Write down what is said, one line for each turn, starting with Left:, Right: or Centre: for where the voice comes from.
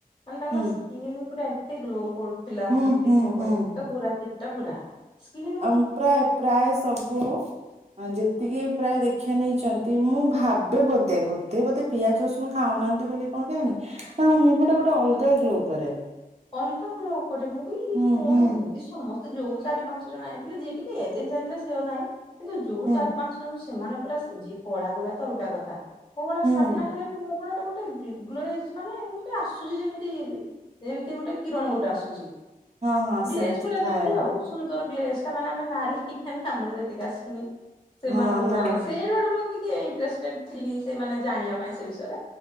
Left: ମାନେ ତାଙ୍କ
Right: ହୁଁ
Left: ସ୍କିିନ ପୁରା ଏ ଏତେ ଗ୍ଲୋ କରୁଥିଲା।
Right: ହୁଁ
Left: ମୁଁ ଏତେ
Right: ହୁଁ
Left: <unintelligible>
Right: ହୁଁ ହୁଁ
Left: ଗୋରା ପୁରା ସ୍କିନ
Right: ଆଉ ପ୍ରାୟ ପ୍ରାୟ ସବୁ ଯେତିକି ପ୍ରାୟ ଦେଖି ନେଇଛନ୍ତି ମୁଁ ଭାବେ ବୋଧେ ବୋଧେ ବୋଧେ ପିଆଜ ରସୁଣ ଖାଉନାହାନ୍ତି ବୋଲି କଣ କେୟାଣୀ ମୁହଁ ଟା ଗୋଟେ ଅଲଗା ଗ୍ଲୋ କରେ
Left: ଅଲଗା ଗ୍ଲୋ କରେ ମୁଁ କଇଲି
Right: ହୁଁ
Left: କଣ
Right: ହୁଁ
Left: ଏମିତି ସମସ୍ତେ ତ ଯୋଉଁ ଚାରି ପାଞ୍ଚ ଜଣ ଆଇଥିଲେ ଯିଏ <unintelligible> ହେଇ ଯାଇଥିଲେ ସେ ନାଇଁ। କିନ୍ତୁ ଯୋଉଁ
Right: ହୁଁ
Left: ଚାରି ପାଞ୍ଚ ଜଣ ସେମାନେ ପୁରା ସେ ଯିଏ କଳା ଗୋରା ଅଲଗା କଥା। ମଳା
Right: ହୁଁ
Left: ସାମ୍ନା ହେଲେ ବି ମଭଳିଆର ଗୁଟେ ଗ୍ଲୋ ମାନେ ଗୁଟେ ଆସୁଚି ଯେମିତି ଏମତି ଗୋଟେ କିରଣ ଗୋଟେ ଆସୁଛି।
Right: ହଁ ହଁ
Left: ଗ୍ଲେଜ
Right: ସେମିତି
Left: ପୁରା
Right: ଥାଏ
Left: ଯେମିତି ଆଉ ସୁନ୍ଦର ଗ୍ଲେଜ ମାନେ ଆମେ ନାରୀ ହେଇକ ଆମର ସେତିକି ଆସୁନି ସେମାନଙ୍କର
Right: ହଁ ନା
Left: ସେଇଠୁଆରୁ ମୁଁ ଟିକେ <unintelligible> ଥିଲି ସେମାନେ ଜାଣିବା ପାଇଁ ସେ ବିଷୟରେ